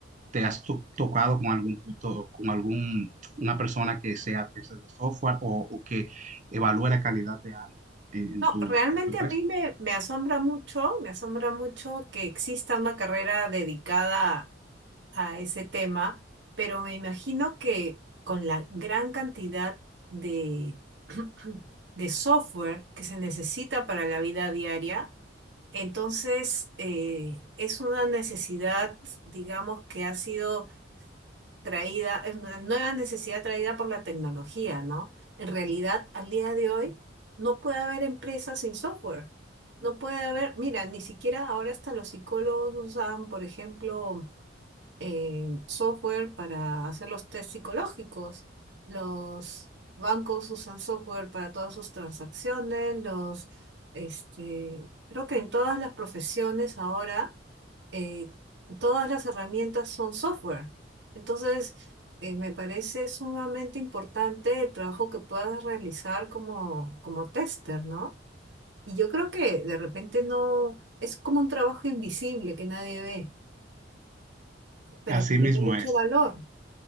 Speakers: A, on the right (about 40°); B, on the right (about 70°).
A: te has to- tocado con algún punto, con algún, una persona que sea tester de software o, o que evalúe la calidad de algo en, en
B: No,
A: tu,
B: realmente
A: en tu empresa?
B: a mí me, me asombra mucho, me asombra mucho que exista una carrera dedicada a ese tema, pero me imagino que con la gran cantidad de, <clears throat> de software que se necesita para la vida diaria, entonces eh, es una necesidad, digamos, que ha sido traída, es una nueva necesidad traída por la tecnología, ¿no? En realidad, al día de hoy, no puede haber empresas sin software. No puede haber, mira, ni siquiera ahora hasta los psicólogos usan, por ejemplo, eh, software para hacer los test psicológicos. Los bancos usan software para todas sus transacciones, los, este, creo que en todas las profesiones ahora eh, todas las herramientas son software. Entonces, eh, me parece sumamente importante el trabajo que puedas realizar como, como tester, ¿no? Y yo creo que de repente no, es como un trabajo invisible que nadie ve, pero
A: Así
B: que tiene
A: mismo
B: mucho
A: es.
B: valor.